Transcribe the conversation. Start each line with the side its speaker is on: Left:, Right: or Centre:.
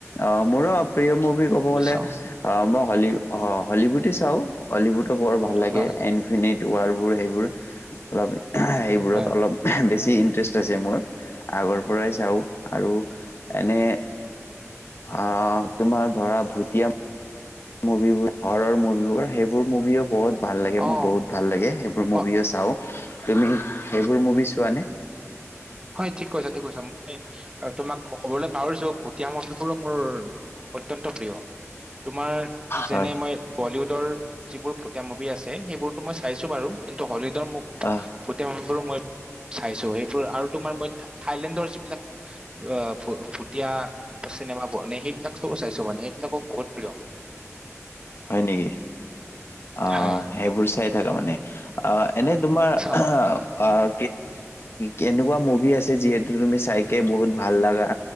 Left: অ', মোৰো প্ৰিয় মুভ ক'ব গলে,
Right: চাওঁ
Left: অ', ম হলি, হ-হলিউডে চাওঁ, হলিউড টো বৰ ভাল লাগে
Right: হয়
Left: এনফিনিট ৱাৰবোৰ সেইবোৰ, অলপ <inaudible> সেইবোৰত
Right: হয়
Left: অলপ <inaudible> বেছি ইন্টাৰেষ্ট আছে মোৰ, আগৰ পৰাই চাওঁ, আৰু এনে অঁ তোমাৰ ধৰা ভুটীয়া মুভিবোৰ, হৰৰ মুভিবোৰ সেইবোৰ মুভিও বহুত ভাল লাগে
Right: অ
Left: মোক বহুত ভাল লাগে, সেইবোৰ মুভিও
Right: অ
Left: চাওঁ। তুমি সেইবোৰ মুভি চোৱানে?।
Right: হয়, ঠিক কৈছা, ঠিক কৈছা মই তোমাক ক'বলৈ পাহৰিছো ভুটীয়া মুভিবোৰো মোৰ অত্যন্ত প্ৰিয়। তোমাৰ, যেনে
Left: হয়
Right: মই বলিউড যিবোৰ ভূটীয়া মুভি আছে, সেইবোৰতো মই চাই চাইছো বাৰু, কিন্তু হলিউডৰ
Left: আহ
Right: ভূটীয়া মুভি বোৰো মই চাইছো সেইবোৰ, আৰু তোমাৰ মই থাইলেণ্ডৰ যিবিলাক আ, ভু-ভুটিয়া চিনেমা বো-মানে সেইবিলাক চব চাইছো মানে, সেইবিলাকো বহুত প্ৰিয়।
Left: হয় নেকি। অঁ',
Right: হয়
Left: সেইবোৰ চাই থাকা মানে, অঁ এনে তোমাৰ
Right: চাও
Left: অঁ', কেনেকুৱা মুভ মুভি আছে যিহেতু তুমি চাইকে বহুত ভাল লাগা,